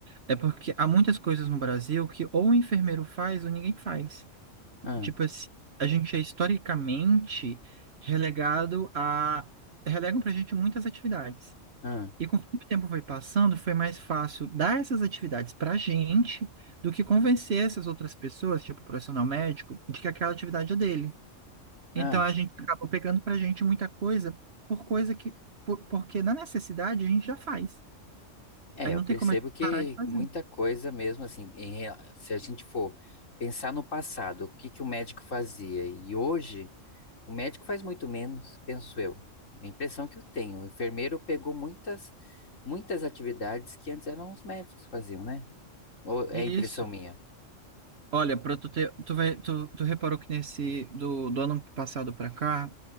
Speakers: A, on the right; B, on the left.
A: É porque há muitas coisas no Brasil que ou o enfermeiro faz ou ninguém faz.
B: ah,
A: Tipo assim, a gente é historicamente relegado a relegam pra gente muitas atividades.
B: ah,
A: E conforme o tempo foi passando, foi mais fácil dar essas atividades pra gente do que convencer essas outras pessoas, tipo o profissional médico, de que aquela atividade é dele. Então
B: ah.
A: a gente acaba pegando pra gente muita coisa por coisa que por- porque na necessidade a gente já faz.
B: É,
A: Aí
B: eu
A: não
B: percebo
A: tem como a gente
B: que
A: parar de fazer.
B: muita coisa mesmo, assim, em rea- se a gente for pensar no passado, o que que o médico fazia? E hoje, o médico faz muito menos, penso eu. É a impressão que eu tenho. O enfermeiro pegou muitas, muitas atividades que antes eram os médicos que faziam, né? Ou é
A: Isso.
B: a impressão minha?
A: Olha, para tu ter, tu vai, tu, tu reparou que nesse do, do ano passado pra cá,